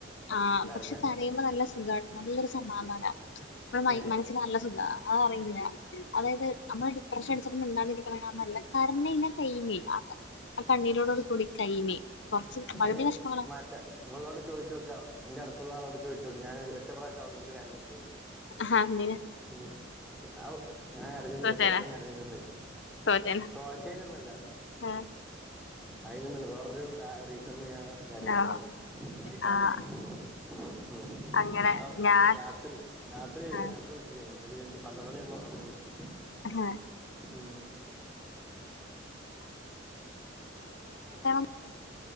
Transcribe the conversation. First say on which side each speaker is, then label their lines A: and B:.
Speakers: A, on the left; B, in the centre.
A: ആ
B: കരഞ്ഞ
A: പക്ഷെ കരയുമ്പോ നല്ല സുഖ നല്ലൊരു സമാധാന നമ്മ മൈ
B: ഏ
A: മനസ്സിന് നല്ല സുഖ. അത അറിയില്ല അതായത് നമ്മള് ഡിപ്രഷ അടിച്ചിട്ട് മിണ്ടാണ്ടിരിക്കണ്നെക്കാളും നല്ലെ കരഞ്ഞയ്ഞ്ഞ കയ്ഞ്ഞ് ആകെ അഹ് കണ്ണീരോടോട് കൂടി കയ്ഞ്ഞ് കൊർച്ച്
B: ഞാന്
A: പകുതി വെഷമങ്ങള
B: മറ്റേ ഇവളോട് ചോയ്ചോക്ക്യ ഇന്റെ അട്ത്ത്ള്ള ആളോട് ചോയ്ചോക്ക്‌ ഞാന് ഒര് ഒറ്റ പ്രാവശ്യം അവളുടെടുത്ത് കരഞ്ഞ് ണ്
A: ആഹ് എന്തിന്
B: ഉം ആ ഔ ഞാ കരഞ്ഞിട്ട്
A: തോറ്റേന
B: <unintelligible>
A: തോറ്റേന
B: ഇക്കയ്നൊന്നല്ല
A: ആഹ്
B: അയിനൊന്നല്ല വേറൊരു ക റീസണ് ഞാ കറിയില്ലായ്രുന്നു
A: ആഹ്
B: കളി കാണ്
A: ആഹ്
B: <unintelligible>
A: അങ്ങനെ
B: ഔ ഔ
A: ഞാൻ
B: രാത്രി രാത്രി ആയിരുന്നു
A: ആഹ്
B: രാത്രി വിളി <unintelligible> ഒരു രണ്ട് പന്ത്രണ്ടണി ആവുമ്പം ബാങ്ക് വിളിച്ച്
A: ഏഹ്
B: ഉം
A: <unintelligible>